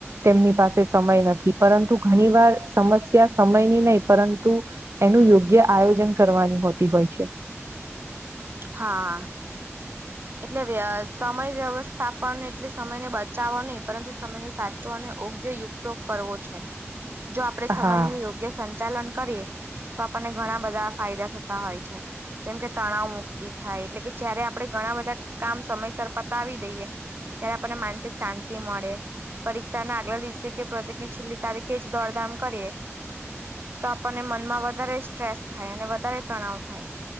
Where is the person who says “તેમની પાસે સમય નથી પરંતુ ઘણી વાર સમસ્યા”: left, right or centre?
Right